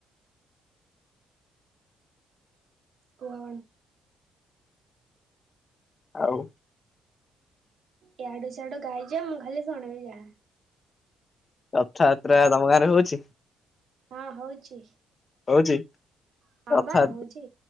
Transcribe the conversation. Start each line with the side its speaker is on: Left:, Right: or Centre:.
Right: କୁହ?
Left: ଆଉ।
Right: ଇଆଡୁ ସିଆଡୁ ଗାଇଯାଅ ମୁଁ ଖାଲି ଶୁଣିବି ଯାହା
Left: ରଥଯାତ୍ରା ତମ ଗାଁରେ ହଉଛି।
Right: ହଁ ହଉଛି।
Left: ହଉଛି
Right: ହଁ
Left: ରଥଯା
Right: ବା ହଉଛି